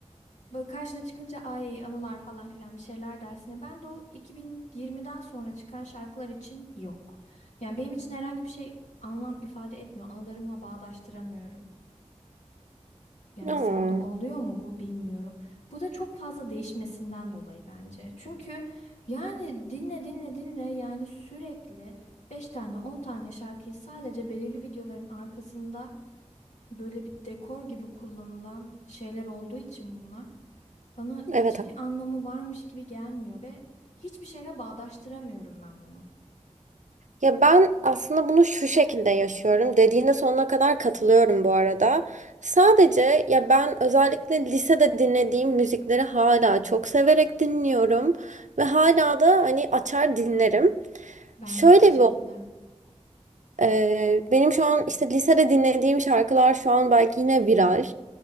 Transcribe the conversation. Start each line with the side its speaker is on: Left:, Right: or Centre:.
Left: Böyle karşına çıkınca ay anılar falan filan bir şeyler dersine. Ben de o iki bin yirmiden sonra çıkan şarkılar için yok. Yani benim için herhangi bir şey anlam ifade etmiyor. Anılarımla bağdaştıramıyorum. Yani
Right: Aa,
Left: sende oluyor mu bu bilmiyorum. Bu da çok fazla değişmesinden dolayı bence. Çünkü yani dinle dinle dinle yani sürekli 5 tane 10 tane şarkıyı sadece belirli videoların arkasında böyle bir dekor gibi kullanılan şeyler olduğu için bunlar bana hiçbir
Right: evet
Left: anlamı varmış gibi gelmiyor ve hiçbir şeyle bağdaştıramıyorum ben bunu.
Right: Ya ben aslında bunu şu şekilde yaşıyorum. Dediğine sonuna kadar katılıyorum bu arada. Sadece ya ben özellikle lisede dinlediğim müzikleri hala çok severek dinliyorum ve hala da hani açar dinlerim.
Left: Ben
Right: Şöyle
Left: de aynı şekilde.
Right: bir Ee, benim şu an işte lisede dinlediğim şarkılar şu an belki yine viral.